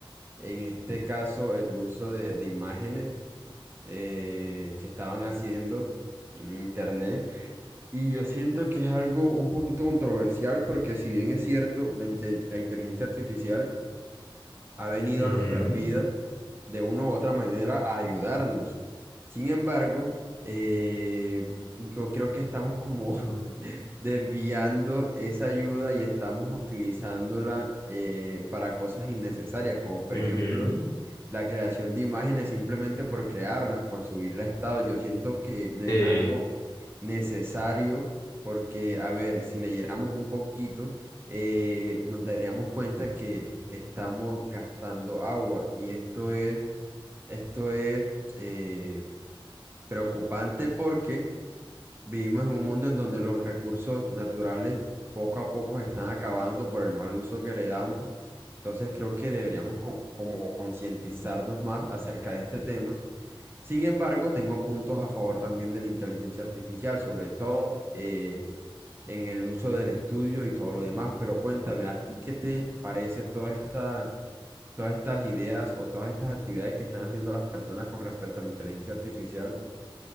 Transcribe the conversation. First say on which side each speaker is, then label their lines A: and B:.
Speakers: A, on the right (about 25°); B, on the left (about 35°).
A: en este caso el uso de, de imágenes eh, que estaban haciendo en internet. Y yo siento que es algo un poquito controversial porque si bien es cierto, la, inte- la inteligencia artificial ha venido
B: Ujú.
A: a nuestras vidas de una u otra manera a ayudarnos. Sin embargo, eh, yo creo que estamos como
B: ujú.
A: <laughs> desviando esa ayuda y estamos utilizándola eh, para cosas innecesarias, como
B: Ujú,
A: por ejemplo la creación de imágenes simplemente por crearlas, por subirla a estado, yo siento que no
B: Sí.
A: es algo necesario porque, a ver, si leyéramos un poquito, eh, nos daríamos cuenta que estamos gastando agua y esto es, esto es eh, preocupante porque Vivimos en un mundo en donde los recursos naturales poco a poco se están acabando por el mal uso que le damos. Entonces creo que deberíamos co- como concientizarnos más acerca de este tema. Sin embargo, tengo puntos a favor también de la inteligencia artificial, sobre todo eh, en el uso del estudio y todo lo demás. Pero cuéntame, ¿a ti qué te parece toda esta, todas estas ideas o todas estas actividades que están haciendo las personas con respecto a la inteligencia artificial?